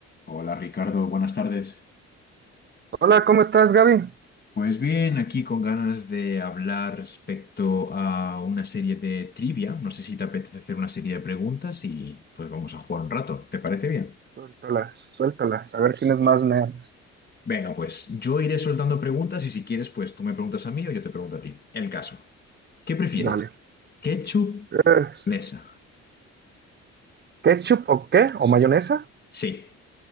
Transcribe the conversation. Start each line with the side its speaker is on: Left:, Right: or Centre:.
Left: Hola Ricardo, buenas tardes.
Right: Hola, ¿cómo estás, Gaby?
Left: Pues bien, aquí con ganas de hablar respecto a una serie de trivia. No sé si te apetece hacer una serie de preguntas y pues vamos a jugar un rato. ¿Te parece bien?
Right: Suéltalas, suéltalas, a ver quién es más nerd.
Left: Venga, pues yo iré soltando preguntas y si quieres, pues tú me preguntas a mí o yo te pregunto a ti. El caso. ¿Qué prefieres?
Right: Dale.
Left: ¿Ketchup?
Right: Eh,
Left: ¿Mesa?
Right: ¿ketchup o qué? ¿O mayonesa?
Left: Sí.